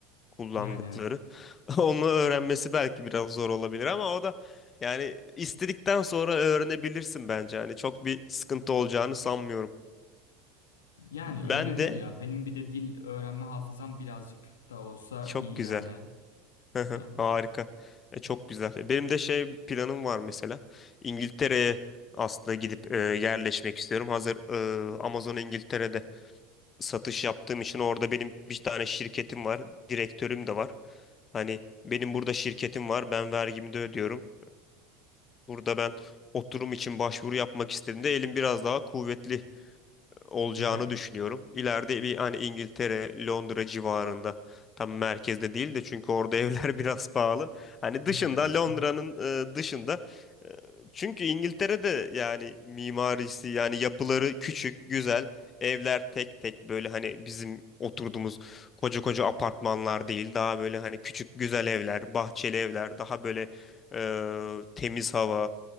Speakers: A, on the left; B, on the left.
A: kullandıkları.
B: Yani evet.
A: <laughs> Onu öğrenmesi belki biraz zor olabilir ama o da yani istedikten sonra öğrenebilirsin bence. Hani çok bir sıkıntı olacağını sanmıyorum.
B: Yani
A: Ben
B: öğrenilir
A: de
B: ya. Benim bir de dil öğrenme hafızam birazcık da olsa
A: çok
B: iyi
A: güzel.
B: yani.
A: <laughs>
B: Aynen.
A: Harika. E, çok güzel. E, Benim de şey planım var mesela. İngiltere'ye aslında gidip e, yerleşmek istiyorum. Hazır e, Amazon İngiltere'de satış yaptığım için orada benim bir tane şirketim var. Direktörüm de var. Hani benim burada şirketim var. Ben vergimi de ödüyorum. Burada ben oturum için başvuru yapmak istediğimde elim biraz daha kuvvetli olacağını
B: E tabii.
A: düşünüyorum. İleride bir hani İngiltere, Londra civarında tam merkezde değil de çünkü orada <laughs> evler biraz pahalı. Hani
B: Yani
A: dışında
B: evet.
A: Londra'nın
B: <laughs>
A: e, dışında. E, Çünkü İngiltere'de yani mimarisi yani yapıları küçük, güzel. Evler tek tek böyle hani bizim oturduğumuz koca koca apartmanlar değil. Daha böyle hani küçük güzel evler, bahçeli evler, daha böyle e, temiz hava